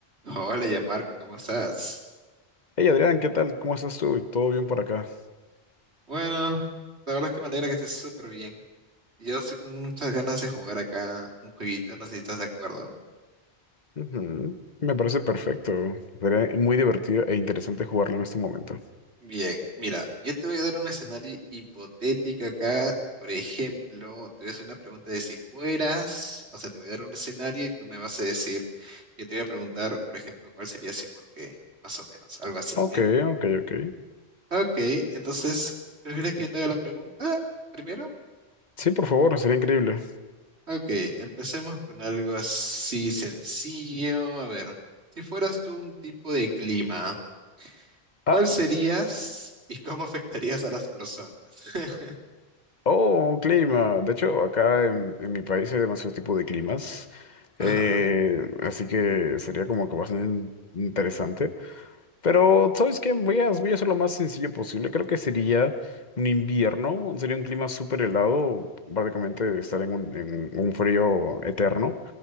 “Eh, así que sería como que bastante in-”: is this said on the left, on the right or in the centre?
Left